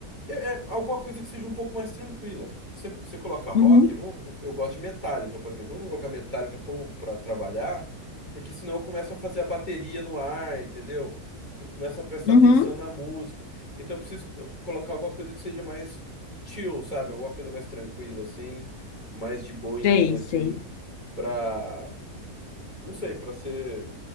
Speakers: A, on the left; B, on the left.
A: é, é alguma coisa que seja um pouco mais tranquila. Você, você coloca rock,
B: Uhum,
A: eu, não- eu gosto de Metallica, por exemplo. Eu não vou colocar Metallica para trabalhar, porque senão eu começo a fazer a bateria no ar, entendeu? Eu começo a prestar
B: uhum,
A: atenção na música. Então eu preciso eh, colocar alguma coisa que seja mais chill, sabe? Alguma coisa mais tranquila, assim, mais de boinha,
B: sei,
A: assim,
B: sei.
A: pra, não sei, pra ser.